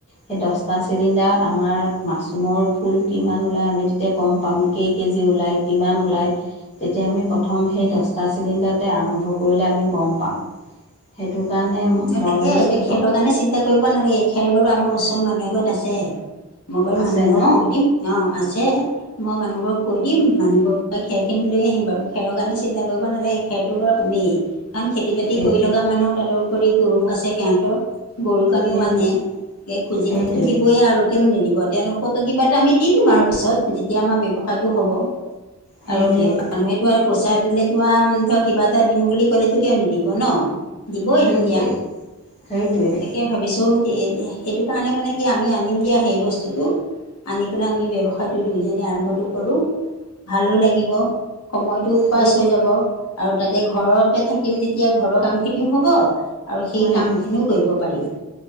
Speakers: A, on the left; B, on the left.
A: সেই দহটা চিলিণ্ডাৰত আমাৰ মাছৰুমৰ ফুল কিমান ওলায় আমি তেতিয়া গম পাম', কেই কেজি ওলাই কিমান ওলায়, তেতিয়া আমি প্ৰথম সেই দহটা চিলিণ্ডাৰতে আৰম্ভ কৰোঁ', কৰিলে আমি গম পাম, সেইটো কাৰণে মই
B: তাকে
A: ভাবিছোঁ
B: এইটো খেৰৰ
A: দহ',
B: কাৰণে চিন্তা কৰিব নালাগে, খেৰ বাৰু আমাৰ ওচৰৰ মানুহ ঘৰত আছে, মই বাৰু
A: আছে
B: মানুহ ঘৰক
A: ন
B: কৈ দিম', অঁ', আছে', মই মানুহ ঘৰক কৈ দিম, মানুহ ঘৰৰ পৰা খেৰ খিনি লৈ আহিম বাৰু, খেৰৰ কাৰণে চিন্তা কৰিব নালাগে', খেৰটোৰ বাৰু পামেই, কাৰণ খেতি বাতি
A: সেইটো
B: কৰি থকা মানুহ, তাটো উপৰি গৰু আছে', সিহঁতৰ, গৰু কাৰণেও
A: সেইটোৱে
B: আনে, এই খুজিলেতো
A: সেইটোৱে
B: দিবই আৰু', কিয়নো নিদিব, তেওঁলোকক কিবা এটা আমি দি দিম আৰু পিছত, যেতিয়া আমাৰ ব্যৱসায়টো হ'ব',
A: সেইটোৱে
B: আৰু দে মানুহেতো আৰু', পইচা দিলেতো আহ', ধৰ কিবা এটা দিম বুলি ক'লেতো কিয় নিদিব ন দিবই',
A: সেইটোৱে
B: এতিয়া,
A: সেইটোৱে
B: তাকে', ভাবিছোঁ এই', -সেই', - সেইটো কাৰণে মানে কি আমি আনিম দিয়া সেই বস্তুটো', আনি পেলাই আমি ব্যৱসায়টো দুইজনী আৰম্ভটো কৰোঁ', ভালো লাগিব, সময়টো', পাছ
A: সেই
B: হৈ যাব, আৰু তাতে ঘৰতে থাকিম যেতিয়া ঘৰৰ কাম খিনিও হ'ব ', আৰু সেই
A: সেইটোৱে
B: কামখিনিও কৰিব পাৰিম',